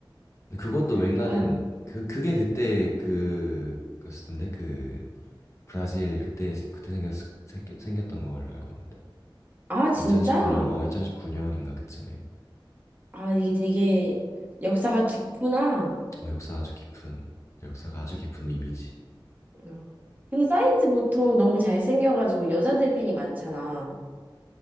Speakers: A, on the left; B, on the right.
A: 근데 그것도
B: <laughs>
A: 맥날은
B: 아,
A: 그 그게 그때 그였을 텐데 그 브라질 그때 그때 생겼 생겼- 생겼던 걸로 알고 있는데.
B: 아,
A: 그
B: 진짜?
A: 2019년, 어, 2019년인가 그쯤에.
B: 아, 이게 되게 역사가 깊구나.
A: 어, 역사 아주 깊은, 역사가 아주 깊은 이미지.
B: 어. 근데 사인즈 보통 너무 잘생겨가지고 여자들 팬이 많잖아.